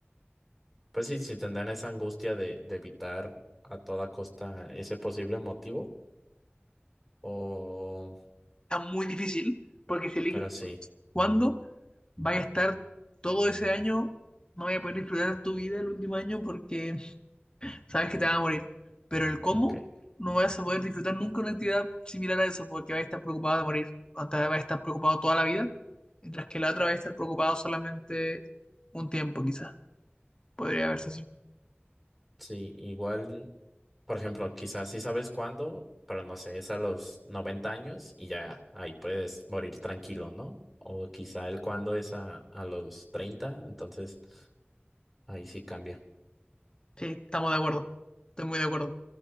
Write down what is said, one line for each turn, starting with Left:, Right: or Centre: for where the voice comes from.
Centre: pues sí, si tendrán esa angustia de, de evitar a toda costa ese posible motivo, o,
Left: Está muy difícil porque si eliges
Centre: pero
Left: cu-
Centre: sí,
Left: cuándo, vaya a estar todo ese año, no voy a poder disfrutar tu vida el último año porque sabes que te vas a morir. Pero el cómo,
Centre: ok,
Left: no vas a poder disfrutar nunca una actividad similar a eso, porque vas a estar preocupado de morir. Antes vas a estar preocupado toda la vida, mientras que la otra va a estar preocupado solamente un tiempo, quizás. Podría verse así.
Centre: sí, igual, por ejemplo, quizás sí sabes cuándo, pero no sé, es a los 90 años y ya ahí puedes morir tranquilo, ¿no? O quizá el cuándo es a, a los treinta entonces ahí sí cambia,
Left: Sí, estamos de acuerdo. Estoy muy de acuerdo.